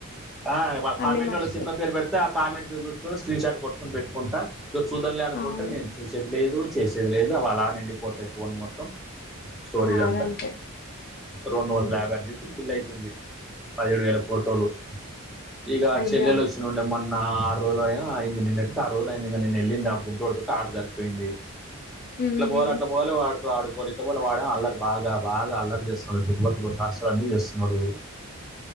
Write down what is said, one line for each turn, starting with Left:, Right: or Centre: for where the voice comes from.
Centre: ఆ
Left: అన్ని
Centre: కామెంట్
Left: మర్చిపోతా
Centre: వాళ్ళ సినిమా పేరు పెడితే ఆ కామెంట్ పేరు చూ స్క్రీన్ షాట్ కొట్టుకుని పెట్టుకుంటా ఇగో చూద్దంలే అనుకుంటే
Left: అవును
Centre: నేను చూసేది లేదు చేసేది లేదు అళ నిండిపోతాయి ఫోన్ మొత్తం స్టోరేజ్
Left: నాదంతే
Centre: అంతా రెండు వందల
Left: ఉహు.
Centre: యాభై ఆరు చెప్పంది ఫిల్ అయిపోయింది పదిహేడు వేల ఫోటోలు ఇగ
Left: అయ్యా
Centre: చెల్లెలు వచ్చి ఉండే మన నా ఆ రోజులు అ అయింది నిన్నటికి ఆరోజులు అయింది నిన్న వెళ్ళింది ఆ బుడ్డుడుతు ఆడ సరిపోయింది
Left: ఉమ్మ్.
Centre: ఇట్లా బోలే అట్లా బోలే వాడుతు ఆడుకో ఇకపోల వాడడం అల్లరి బాగా బాగా అల్లరి చేస్తున్నాడు తిరుపతిలో శస్త్రాలు అన్ని చేస్తున్నాడు